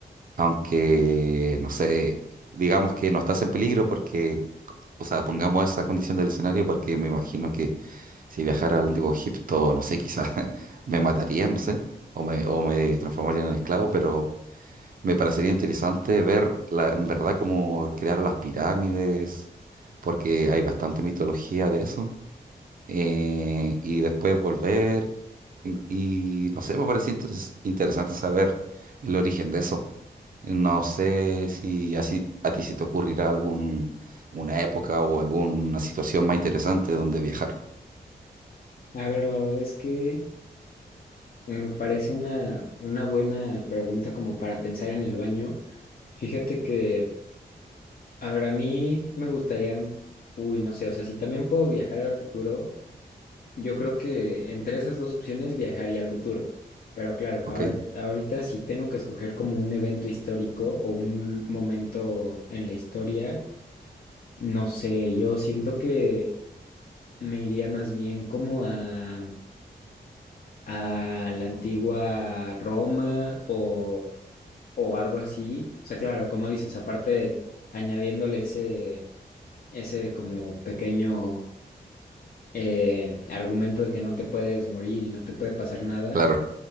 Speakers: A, on the right; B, on the left.
A: aunque, no sé, digamos que no estás en peligro porque, o sea, pongamos esa condición del escenario porque me imagino que si viajara al antiguo Egipto, no sé, quizás <laughs> me matarían, no sé, o me, o me transformarían en esclavo, pero me parecería interesante ver la, en verdad cómo crearon las pirámides, porque hay bastante mitología de eso. eh, y después volver, y, y no sé, me parecía interes- interesante saber el origen de eso. No sé si así a ti se te ocurrirá algún, una época o alguna situación más interesante donde viajar,
B: A ver, la verdad es que me parece una, una buena pregunta como para pensar en el baño. Fíjate que, a ver, a mí me gustaría, uy, no sé, o sea, si también puedo viajar al futuro, yo creo que entre esas dos opciones viajaría al futuro. Pero claro,
A: ¿ok?
B: ahora, ahorita si tengo que escoger como un evento histórico o un momento en la historia, no sé, yo siento que me iría más bien como a... a la antigua Roma o, o algo así. O sea, claro, como dices, aparte añadiéndole ese, ese como pequeño eh, argumento de que no te puedes morir y no te puede pasar nada,
A: Claro.